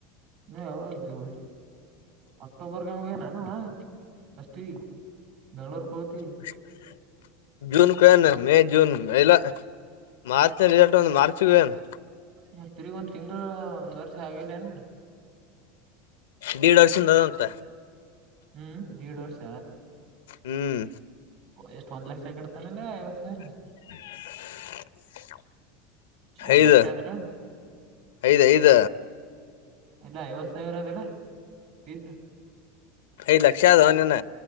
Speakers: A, on the right; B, on the left.
A: ಏನು ಯಾವದೂ ಅಕ್ಟೋಬರ್ಗಂಗ ಹ ನಾನ ಅಷ್ಟ ಬೆಂಗ್ಳೂರ್ಗೆ ಹೋಗತಿ
B: <inaudible> ಜೂನ್ ಕ ಏನು ಮೇ ಜೂನ್ ಮಲ ಮಾರ್ಚ್ ನ ರರಿಿಸಲ್ಟ್ ಮಾರ್ಚ್ಗೆಏನು
A: ಮತ್ತ ತಿರಿಗ ಒಂದ್ ತಿಂಗಗಳುಳ ಒಂದ್ ವರ್ಷ ಆಗಿಲ್ಲ ನ
B: ದೇಡ್ ವರ್ಷಿಂದದ ಅಂತ
A: ಹ್ಮ್ ದೇಡ್ ವರ್ಷ
B: ಹ್ಮ್
A: ಎಷ್ಟ ಒಂದ್ ಲಕ್ಷ ಸಕಡ್ತಾನಲ್ಲಾ ಐವತ್ತು ಸಾವಿರ
B: <inaudible>
A: ಒಂದ್
B: ಐದ
A: ಲಕ್ಷ ಅದಿಲ್ಲ
B: ಐದ್ ಐದ
A: ಇಲ್ಲ ಐವತ್ ಸಾವಿರ ಅದಿಲ್ಲ ಬೀಸ್
B: ಐದು ಲಕ್ಷ ಆದ ಅವನನ